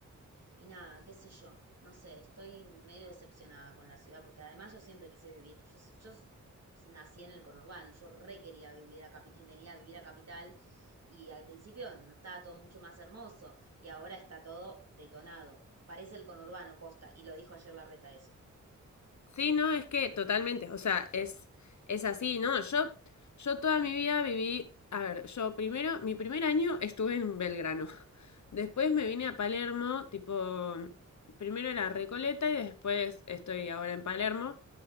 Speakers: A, on the right; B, on the left.
A: y nada, qué sé yo, no sé, estoy medio decepcionada con la ciudad, porque además yo siempre quise vivir, yo, yo nací en el conurbano, yo re quería vivir a capi- eh, venir a vivir a Capital y al principio no estaba todo mucho más hermoso y ahora está todo detonado, parece el conurbano posta, y lo dijo ayer Larreta eso.
B: Sí, no, es que totalmente, o sea, es, es así, ¿no? Yo, yo toda mi vida viví, a ver, yo primero, mi primer año estuve en Belgrano, después me vine a Palermo, tipo, primero en Recoleta y después estoy ahora en Palermo.